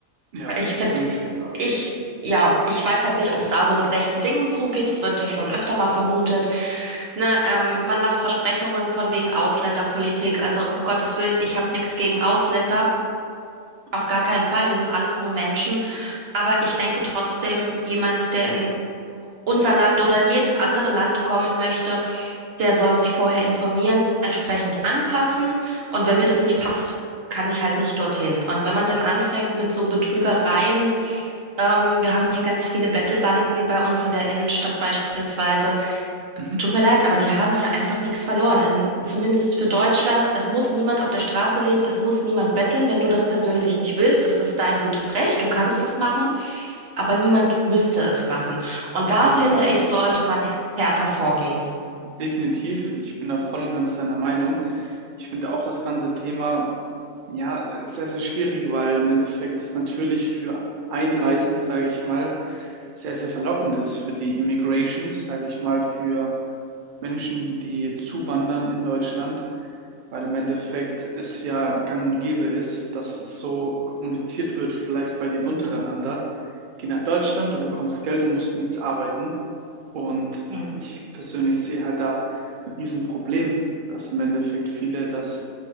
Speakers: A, on the right; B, on the right.
A: ja,
B: Ich
A: da
B: finde,
A: bin ich.
B: ich, ja, ich weiß halt nicht, ob es da so mit rechten Dingen zugeht. Das wird ja schon öfter mal vermutet. Ne, ähm, man macht Versprechungen von wegen Ausländerpolitik. Also um Gottes Willen, ich habe nichts gegen Ausländer. Auf gar keinen Fall. Wir sind alles nur Menschen. Aber ich denke trotzdem, jemand, der in unser Land oder in jedes andere Land kommen möchte, der soll sich vorher informieren, entsprechend anpassen. Und wenn mir das nicht passt, kann ich halt nicht dorthin. Und wenn man dann anfängt mit so Betrügereien, ähm, wir haben hier ganz viele Bettelbanden bei uns in der Innenstadt beispielsweise.
A: Mhm.
B: Tut mir leid, aber die haben hier einfach nichts verloren. In, zumindest für Deutschland. Es muss niemand auf der Straße leben, es muss niemand betteln. Wenn du das persönlich nicht willst, ist das dein gutes Recht. Du kannst das machen, aber niemand müsste es machen. Und
A: Auf
B: da
A: jeden
B: finde
A: Fall.
B: ich, sollte
A: Ich
B: man härter vorgehen.
A: definitiv, ich bin da voll und ganz deiner Meinung. Ich finde auch das ganze Thema ja sehr, sehr schwierig, weil im Endeffekt es natürlich für Einreisende, sage ich mal, sehr, sehr verlockend ist für die Immigrations, sage ich mal, für Menschen, die zuwandern in Deutschland, weil im Endeffekt es ja gang und gäbe ist, dass es so kommuniziert wird, vielleicht bei den untereinander. Geh nach Deutschland, du bekommst Geld und musst nichts arbeiten. Und
B: Hm,
A: ich persönlich sehe halt da ein Riesenproblem, dass im Endeffekt viele das